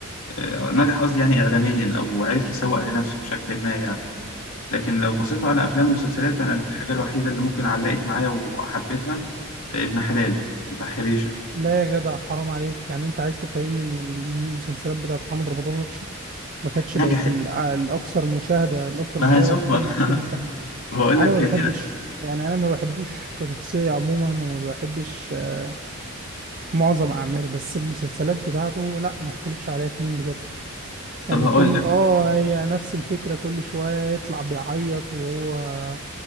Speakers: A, on the left (about 75°); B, on the right (about 40°).
A: آه، نجح قصدي يعني إعلاميا أو عرف يسوق لنفسه بشكل ما يعني لكن لو بصيتوا على أفلام ومسلسلات أنا الحاجة الوحيدة اللي ممكن علقت معايا وحبيتها آه، ابن حلال بتاع حبيشة
B: لا يا جدع حرام عليك يعني انت عايز تفهمني ان المسلسلات بتاعت محمد رمضان وحشة ما كانتش
A: نجحت
B: بقت ال- آه، الاكثر مشاهدة الاكثر
A: ما
B: مشاهدة
A: هشوف
B: في
A: <laughs>
B: كل كل سنة
A: بقول
B: انا
A: لك
B: ما بحبش
A: إيه هنا
B: يعني انا ما بحبوش كشخصية عموما وما بحبش آه، معظم اعماله بس المسلسلات بتاعته لا ما يختلفش عليها اتنين بجد
A: طب
B: يعني
A: هقول
B: كل
A: لك
B: اه هي نفس الفكرة كل شوية يطلع بيعيط وهو